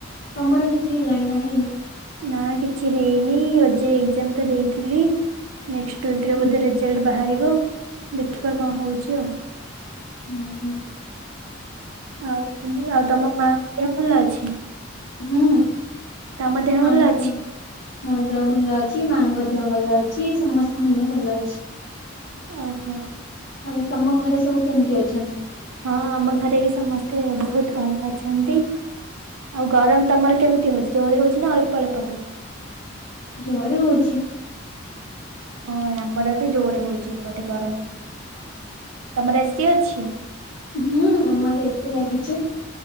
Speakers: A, on the left; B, on the right.
A: ତମର କିଛି ହେଲାଣି ନା ହେଇନି?
B: ନା କିଛି ହେଇନି ଏ ଏଜେ ଏକ୍ଜାମ୍ ଟା ଦେଇଥିଲି ନେକ୍ସଟ୍ ୱିକ୍ ରେ
A: ହୁଁ
B: ବୋଧେ ରେଜଲ୍ଟ ବାହାରିବ। ବ ଦେଖିବା କଣ ହଉଛି ଆଉ।
A: ଓହୋ।
B: ଆଉ ତମ ଆଉ ତମ ମାଙ୍କ ଦେହ ଭଲ ଅଛି?
A: ହୁଁ।
B: ତମ ଦେହ
A: ମାଙ୍କ
B: ଭଲ ଅଛି?
A: ମୋ ଦେହ ଭଲ ଅଛି। ମାଙ୍କ ଦେହ ଭଲ ଅଛି। ସମସ୍ତଙ୍କ ଦେହ ଭଲ ଅଛି।
B: ଓହୋ।
A: ଆଉ ତମ ଘରେ ସବୁ କେମିତି ଅ
B: ହଁ ଆମ ଘରେ ବି ସମସ୍ତେ ବହୁତ ଭଲ ଅ ଅଛନ୍ତି। ଆଉ ଗରମ ତମର କେମିତି ହଉ ଜୋ ହଉଛି ନା ଅଳ୍ପ ଅଳ୍ପ ହଉଛି।
A: ଜୋର ହଉଛି।
B: ହଁ ଆମର ବି ଜୋରେ ହଉଛି ଏପଟେ ଗରମ। ତମର କିଏ ଅଛି।
A: ହୁଁ ଆମର ଏସି ଲାଗିଛି।